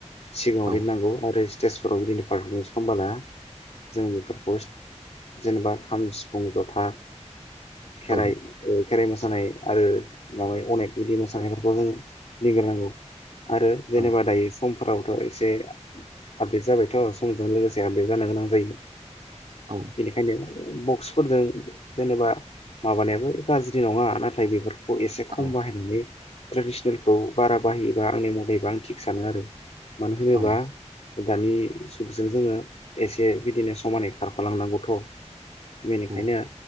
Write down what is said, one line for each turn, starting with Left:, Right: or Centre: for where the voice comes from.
Left: सिगाङाव
Right: औ
Left: दिनांगौ आरोस स्टेजफोराव बिदिनो पारफरमेन्स खालामबोला जों बेफोरखौस जेनेबा खाम सिफुं जथा। खेराइ
Right: औ
Left: खेराइ मोसानाय आरो माबायै अनेक बिदि मोसानायफोरखौ जोङो गिग्रोनांगौ। आरो जेनेबा
Right: औ
Left: दायो समफोरावथ एसे आपडेट जाबायथ समजों लोगोसे आपडेट जानो गोनां जायो।
Right: औ
Left: बेनिखायनो बक्सफोरजों जेनेबा माबानायाबो गाज्रि नङा नाथाय बेफोर खौ एसे
Right: औ
Left: खम बाहायनानै ट्रेडिसनेलखौ बारा बाहायोबा आंनि मदैबा आं थिग सानो आरो मानो होनोबा
Right: औ
Left: दानि जुगजों जोङो एसे बिदिनो समानै खारफालांनांगौ <unintelligible> बेनिखायनो
Right: औ